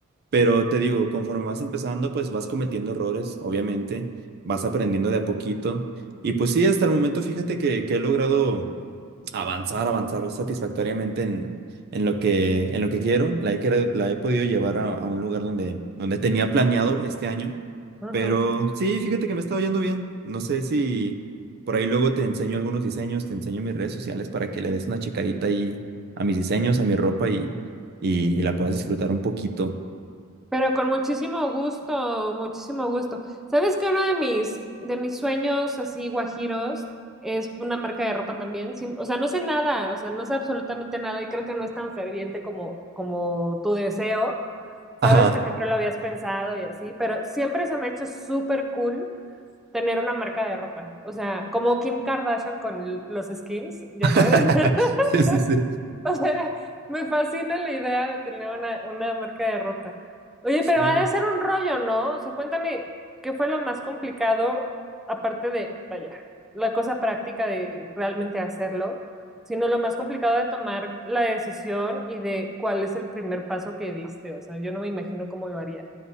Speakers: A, on the right; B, in the centre.
A: Pero te digo, conforme vas empezando, pues vas cometiendo errores, obviamente, vas aprendiendo de a poquito. Y pues sí, hasta el momento fíjate que, que he logrado avanzar, avanzar satisfactoriamente en, en lo que, en lo que quiero. La he, quere- la he podido llevar a, a un lugar donde, donde tenía planeado este año.
B: ujú.
A: Pero Ujú. sí, fíjate que me está yendo bien. No sé si por ahí luego te enseño algunos diseños, te enseño mis redes sociales para que le des una checadita ahí a mis diseños, a mi ropa y, y, y la puedas disfrutar un poquito.
B: Pero con muchísimo gusto, muchísimo gusto. ¿Sabes que uno de mis, de mis sueños así guajiros es una marca de ropa también? Sim- o sea, no sé nada, o sea, no sé absolutamente nada y creo que no es tan ferviente como, como tu deseo. Sabes
A: Ajá.
B: que siempre lo habías pensado y así, pero siempre se me ha hecho súper cool tener una marca de ropa. O sea, como Kim Kardashian con l- los Skims, ya
A: <laughs>
B: sabes. <laughs>
A: Sí, sí, sí.
B: <laughs> O sea, me fascina la idea de tener una, una marca de ropa. Oye,
A: Sí.
B: pero ha de ser un rollo, ¿no? O sea, cuéntame, ¿qué fue lo más complicado, aparte de, vaya, la cosa práctica de realmente hacerlo, sino lo más complicado de tomar la decisión y de cuál es el primer paso que diste? O sea, yo no me imagino cómo lo haría.